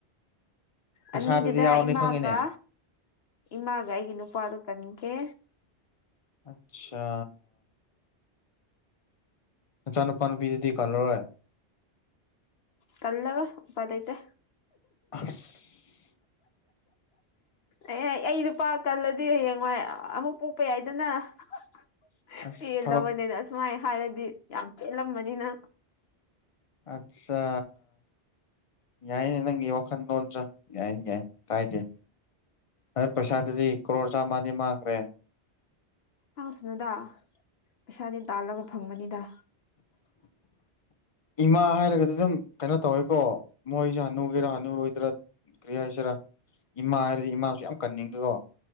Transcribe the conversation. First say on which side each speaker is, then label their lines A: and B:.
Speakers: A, on the left; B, on the left.
A: ꯄꯩꯁꯥꯗꯨꯗꯤ
B: ꯑꯅꯤꯗꯨꯗ
A: ꯌꯥꯎꯔꯅꯤ
B: ꯏꯃꯥꯒ
A: ꯈꯪꯉꯦꯅꯦ
B: ꯏꯃꯥꯒ ꯑꯩꯒꯤ ꯅꯨꯄꯥꯗꯨ ꯀꯟꯒꯦ
A: ꯑꯠꯁꯥ ꯅꯆꯥꯅꯨꯄꯥ ꯅꯨꯄꯤꯗꯨꯗꯤ ꯀꯜꯂꯔꯣꯏ
B: ꯀꯜꯂꯔꯣꯏ ꯎꯄꯥꯢ ꯂꯩꯇꯦ
A: ꯑꯁ
B: ꯑꯦ ꯑꯩ ꯂꯨꯄꯥ ꯀꯜꯂꯗꯤ ꯍꯌꯦꯡꯋꯥꯏ ꯑꯃꯨꯛ ꯄꯣꯛꯄ ꯌꯥꯏꯗꯅ <unintelligible>
A: ꯑꯁ
B: ꯄꯦꯜꯂꯕꯅꯤꯅ
A: ꯊꯕꯛ
B: ꯑꯁꯨꯃꯥꯏ ꯍꯥꯏꯔꯗꯤ ꯌꯥꯝ ꯄꯦꯜꯂꯝꯃꯅꯤꯅ
A: ꯑꯠꯆꯥ ꯌꯥꯏꯅꯦ ꯅꯪꯒꯤ ꯋꯥꯈꯜꯂꯣꯜꯟꯁꯨ ꯌꯥꯏ ꯌꯥꯏ ꯀꯥꯏꯗꯦ ꯑꯗꯨ ꯄꯩꯁꯥꯗꯨꯗꯤ ꯀꯣꯔ ꯆꯥꯝꯃꯗꯤ ꯃꯥꯡꯈ꯭ꯔꯦ
B: ꯃꯥꯡꯁꯅꯨꯗ ꯄꯩꯁꯥꯗꯤ ꯇꯥꯜꯂꯒ ꯐꯪꯕꯅꯤꯗ
A: <inaudible> ꯏꯃꯥ ꯍꯥꯏꯔꯒꯗꯤ ꯑꯗꯨꯝ ꯀꯩꯅꯣ ꯇꯧꯋꯦꯀꯣ ꯃꯣꯏꯁꯦ ꯍꯅꯨꯒꯦꯔꯥ ꯍꯅꯨꯔꯣꯏꯗꯔꯥ ꯀꯔꯤ ꯍꯥꯏꯁꯤꯔꯥ ꯏꯃꯥ ꯍꯥꯏꯔꯗꯤ ꯏꯃꯥꯁꯨ ꯌꯥꯝ ꯀꯟꯅꯤꯡꯉꯤꯀꯣ